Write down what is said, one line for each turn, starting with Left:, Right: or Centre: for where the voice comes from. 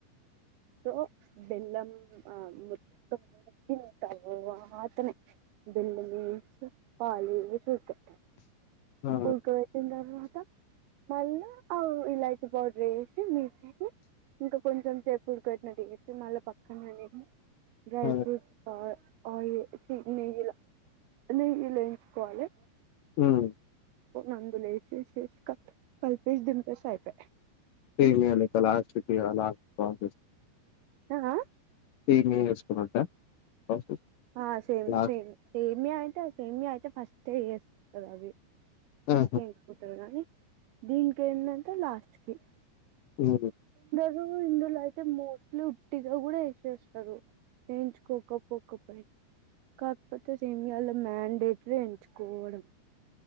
Right: తో బెల్లం ఆ మొత్తం ఉడికించాలా వాతనే బిళ్ల్లిమీనించి పాలీ చూతుట్టరు
Left: ఆ!
Right: ఉడకబెట్టిన తర్వాత మళ్ళా ఇలాయిచీ పౌడర్ యేసి మీద్ కెళ్ళి ఇంకా కొంచెం సేపు ఉడుకబెట్టినట్టు చేసి మళ్ళా పక్కన నేమో డ్రై
Left: ఆ!
Right: ఫ్రూట్స్ ఆయిల్ చీ నెయ్యిలా నెయ్యిలా ఎంచుకోవాలే
Left: హ్మ్.
Right: అందులో యేసేసి కల్పేసి దింపేస్తే అయిపాయ్
Left: సేమియా లెక్క లాస్ట్‌కి ఆ లాస్ట్ ప్రాసెస్.
Right: ఆ
Left: సేమియా చేసుకున్నట్టా ప్రాసెస్
Right: ఆ సేమ్
Left: లాస్ట్
Right: సేమ్ సేమియా అయితే సేమియా అయితే ఫస్టే యేసుకుంటరవి ఫస్టే
Left: ఆహా!
Right: ఇంకిపోతది కానీ దీనికేందంటే లాస్ట్ కి
Left: హు
Right: లు ఇందులో అయితే మోస్ట్లీ ఉట్టిగా కూడా వేసేస్తారు వేయించుకోకపోక కాకపోతే ఇండియా లో మండేటరీ ఎంచుకోడం